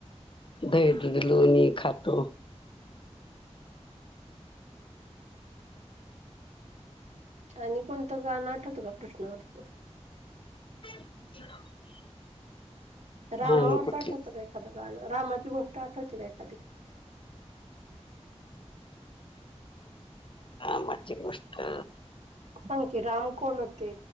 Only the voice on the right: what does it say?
आणि कोणतं गाण आठवतं का कृष्णावरचं?
रामा
वरचं
आठवत का एखादं गाण रामाची गोष्ट आठवती का एखादी? <unintelligible>
सांग की राम कोण होते?